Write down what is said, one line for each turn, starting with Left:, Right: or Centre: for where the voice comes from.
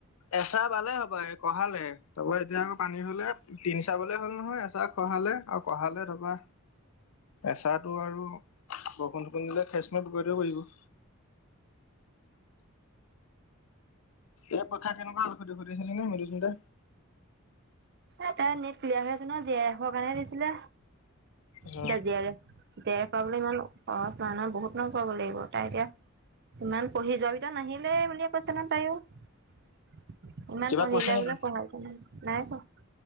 Left: এচাহ বালে হ'পাই কঢ়ালে তাপা এতিয়া আকৌ পানী হলে তিনচাহ কবলে ভাল নহয় এচাহ কঢ়ালে আৰু কঢ়ালে তাপা এচাটো আৰু বৰষুণ চকুন দিলে ফেচ মেচ কৰিব থব লাগিব <inaudible> এই পইখা কেনকা হল সুধিব দিছিলো নহয় মধুস্মিতা
Right: এটা নেট ক্লিয়াৰ হৈ আছে ন জি আইফৰ কাৰণহে দিছিলে
Left: অ
Right: এতিয়া G R F G R F পাবলৈ ইমান সহজ নহয় নহয় বহুত মান পোৱাব লাগিব তাই এতিয়া ইমান পঢ়ি যোৱাকিতা নাহিলে বুলিয়ে কৈছে নহয় তাইয়ো ইমান
Left: কিবা
Right: পঢ়িলে
Left: কৈছে নেকি
Right: বোলে পঢ়াইছে নে নাই পঢ়া